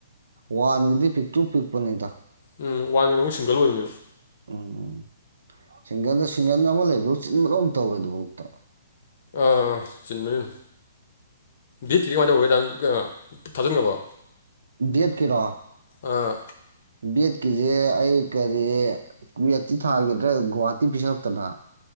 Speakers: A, on the right; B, on the left.
A: ꯋꯥꯟꯒꯤꯗꯤ ꯄꯤꯛꯇꯨ ꯄꯤꯛꯄꯅꯤꯗ
B: ꯎꯝ ꯋꯥꯟꯅꯤꯅ ꯑꯃꯨꯛ ꯁꯤꯡꯒꯜ ꯑꯣꯏꯕꯅꯦꯕ
A: ꯎꯝ ꯁꯤꯡꯒꯟꯗ ꯁꯤꯡꯒꯟ ꯑꯃ ꯂꯩꯗꯧ ꯆꯤꯟꯕꯒ ꯑꯃ ꯇꯧꯔꯦ ꯑꯗꯨꯐꯥꯎꯗ
B: ꯑꯥ ꯆꯤꯟꯕꯅꯤ ꯑꯗꯨꯝ ꯕꯤꯠ ꯀꯥꯃꯥꯏ ꯊꯧꯒꯦ ꯗꯥ ꯀꯩꯅꯣ ꯊꯥꯖꯤꯟꯈꯔꯕꯣ
A: ꯕꯤꯠ ꯀꯤꯔꯣ
B: ꯑꯥ
A: ꯕꯤꯠꯀꯤꯁꯦ ꯑꯩ ꯀꯔꯤ ꯀ꯭ꯋꯦꯠꯇꯤ ꯊꯥꯒꯤꯗ꯭ꯔꯦ ꯒꯨꯍꯥꯇꯤ ꯄꯤꯁꯜꯂꯛꯇꯅ